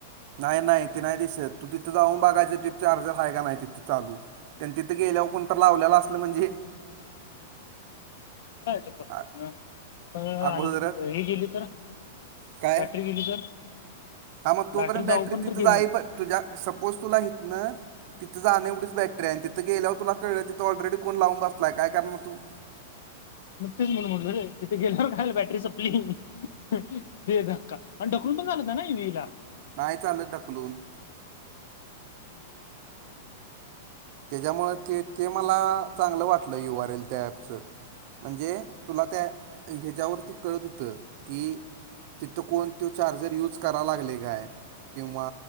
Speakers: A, on the right (about 40°); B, on the left (about 65°).
A: नाही नाही ते नाही दिसर तू तिथं जाऊन बघायचं तिथ चार्जर हाय का नाही तिथ चालू. <unintelligible> तिथं गेल्यावर कोणतर लावलेलं असलं म्हणजे.
B: जायच परत
A: आ-
B: तिथनं प
A: अगोदरच
B: आणि हे गेली तर.
A: काय
B: बॅटरी गेली तर.
A: हा मग तोपर्यंत
B: बॅटरी जाऊ
A: बॅक्टरी
B: पण
A: तिथं
B: तर गेली
A: जाई प तुझ्या सपोज तुला हितन तिथं जाण एवढीच बॅटरी आहे तिथं गेल्यावर तुला कळलं तिथ ऑलरेडी कोण लावून बसलाय काय करणार तू.
B: <unintelligible> तेच म्हणून म्हटलं तिथे गेल्यावर काल बॅटरी सपली, दे धक्का. आणि ढकलून पण चालत नाही ना इव्हीयायला.
A: नाही चालत ढकलून.
B: <inaudible>
A: त्याच्यामुळ ते ते मला चांगलं वाटलं यू आर एल त्या ॲपच. म्हणजे तुला त्या ह्याच्यावरती कळत होतं की तिथं कोण तो चार्जर यूज करा लागले काय. किंवा